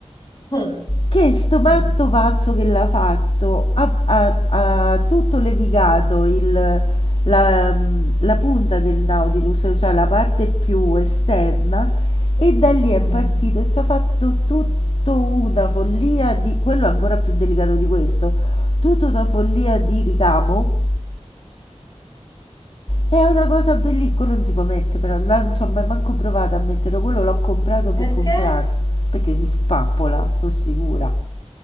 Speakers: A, on the left; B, on the left.
A: Mm,
B: Che sto matto
A: mm.
B: pazzo che l'ha fatto, ha, ha- ha tutto levigato il- la, mm, la punta del Nautilus, cioè la parte più esterna, e da lì
A: Mm.
B: è partito e ci ha fatto tutta una follia di, quello è ancora più delicato di questo, tutta una follia di ricamo. È una cosa bellissima, quello non si può mettere però, là non ci ho mai manco provato a metterlo, quello l'ho comprato per
A: Perché?
B: comprarlo, perché si spappola, sono sicura.